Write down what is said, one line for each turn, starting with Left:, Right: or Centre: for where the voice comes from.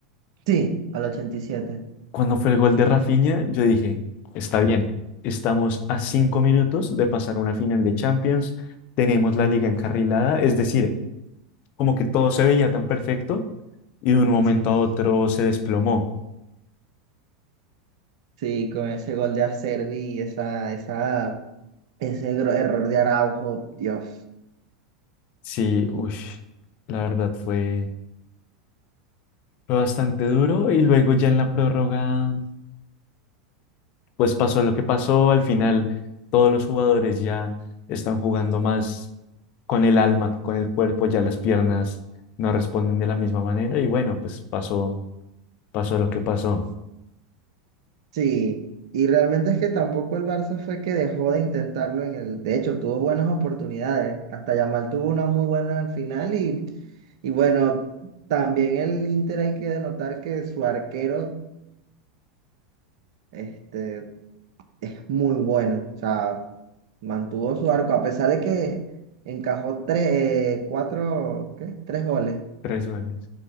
Right: Sí, al ochenta y siete
Left: Cuando fue el gol de Rafinha, yo dije, está bien, estamos a cinco minutos de pasar una final de Champions, tenemos la liga encarrilada, es decir, como que todo se veía tan perfecto y de un momento
Right: Sí,
Left: a otro se desplomó.
Right: sí, con ese gol de Acerbi y esa, esa, ese gro- error de Araujo, Dios.
Left: Sí, uy, la verdad fue, fue bastante duro y luego ya en la prórroga pues pasó lo que pasó, al final todos los jugadores ya están jugando más con el alma que con el cuerpo, ya las piernas no responden de la misma manera y bueno, pues pasó, pasó lo que pasó.
Right: Sí, y realmente es que tampoco el Barça fue que dejó de intentarlo en el... De hecho, tuvo buenas oportunidades. Hasta Yamal tuvo una muy buena al final y, y bueno, también el Inter hay que denotar que su arquero este, es muy bueno. O sea, mantuvo su arco a pesar de que encajó tres, eh, cuatro, ¿qué? Tres goles.
Left: Tres goles.